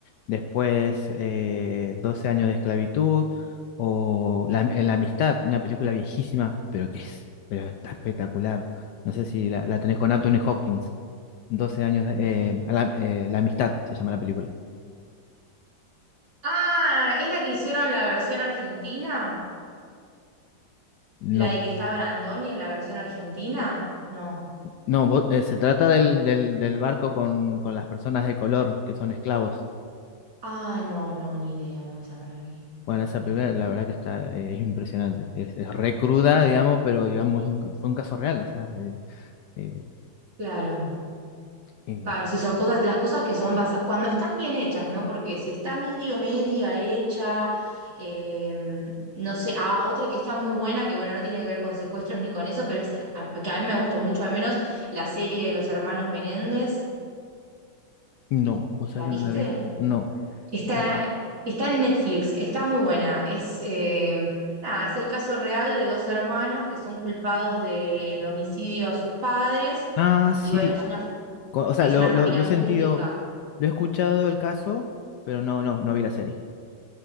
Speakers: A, on the left; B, on the right.
A: Después, eh, 12 años de esclavitud o la, en la amistad, una película viejísima, pero que es, pero está espectacular. No sé si la, la tenés con Anthony Hopkins. 12 años, de-
B: Mm.
A: eh, a la, eh, La amistad se llama la película.
B: Ah, ¿es la que hicieron la versión argentina?
A: No,
B: ¿La de que está Brandoni en la versión argentina? No.
A: no, vo- eh, se trata del, del, del barco con, con las personas de color que son esclavos.
B: Ah, no, no, ni idea, no, esa no la vi.
A: Bueno,
B: No,
A: esa
B: ni
A: película
B: idea.
A: la verdad que está, eh, es impresionante. Es, es re cruda, digamos, pero digamos, es un- fue un caso real, o sea, eh, eh,
B: Claro.
A: eh,
B: Claro, si son cosas, las cosas que son basadas, cuando están bien hechas, ¿no? Porque si está medio, media hecha, em, no sé, ah, otra que está muy buena, que bueno, no tiene que ver con secuestros ni con eso, pero es, a- que a mí me gustó mucho, al menos la serie de los hermanos Menéndez,
A: No, o sea
B: ¿la
A: que
B: viste?
A: no la vi. No.
B: Está,
A: Mm.
B: está en Netflix, está muy buena, es, em, nada, es el caso real de dos hermanos que son culpados del homicidio a sus padres,
A: Ah, sí.
B: y bueno, es una,
A: co- O sea,
B: que es
A: lo,
B: una familia
A: lo, lo
B: muy
A: he sentido,
B: rica.
A: lo he escuchado el caso, pero no, no, no vi la serie.